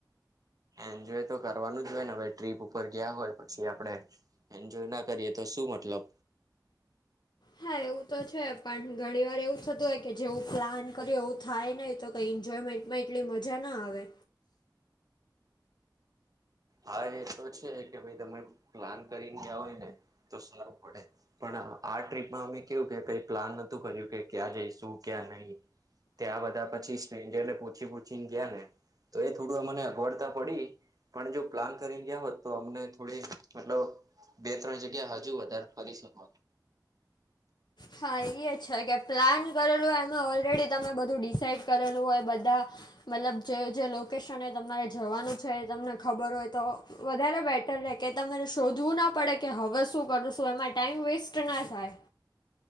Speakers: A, on the right (about 50°); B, on the left (about 70°).
A: એન્જોય તો કરવાનું જ હોય ને હવે ટ્રીપ ઉપર ગયા હોય પછી આપડે. એન્જોય ના કરીએ તો શું મતલબ.
B: હા એવું તો છે પણ ઘણી વાર એવું થતું હોય કે જેવું પ્લાન કર્યું એવું થાય નહીં તો કંઈ એન્જોયમેન્ટ. માં એટલી મજા ના આવે.
A: હા એ તો છે કે ભાઈ તમે પ્લાન કરીને ગયા હોય ને તો સારું પડે. પણ આ ટ્રીપમાં અમે કેવું કે કઈ પ્લાન નતું કર્યું કે ક્યાં જઈશું ક્યાં નહી. ત્યાં બધા પછી સ્ટ્રેન્જર ને પૂછી પૂછી ને ગયા ને. તો એ થોડું અમને અગવડતા પડી પણ જો. પ્લાન કરીને ગયા હોત તો અમને થોડી મતલબ બે ત્રણ જગ્યા હજુ વધારે ફરી શકો.
B: હા એ જ છે કે પ્લાન કરેલું હોય એમાં ઓલરેડી તમે બધું ડિસાાઈડ કરેલું હોય બધા. મતલબ જે જે લોકેશને એ તમારે જવાનું છે તમને ખબર હોય તો. વધારે બેટર રહે કે તમારે શોધવું ના પડે કે હવે શું કરું છું એમાં ટાઈઇમ વેસ્ટ ના થાય.